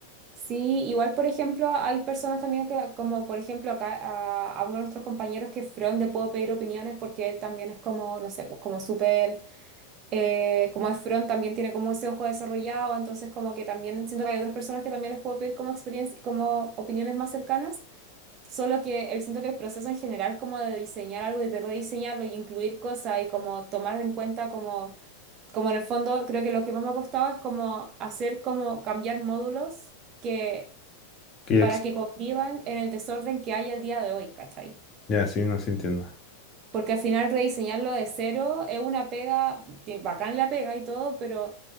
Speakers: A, on the right (about 35°); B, on the left (about 30°).
A: sí, igual por ejemplo, hay personas también que, como por ejemplo acá a, a uno de nuestros compañeros que es Fron, le puedo pedir opiniones porque él también es como, no sé, pues como súper eh, como es front también tiene como ese ojo desarrollado, entonces como que también siento que hay otras personas que también les puedo pedir como experiencia, como opiniones más cercanas, solo que él siento que el proceso en general como de diseñar algo y de rediseñarlo y incluir cosas y como tomar en cuenta como, como en el fondo creo que lo que más me ha costado es como hacer como cambiar módulos que
B: Que ya,
A: para
B: ex-
A: que convivan en el desorden que hay al día de hoy, ¿cachai?
B: ya, sí, no, sí entiendo.
A: Porque al final rediseñarlo de cero es una pega, ti- bacán la pega y todo, pero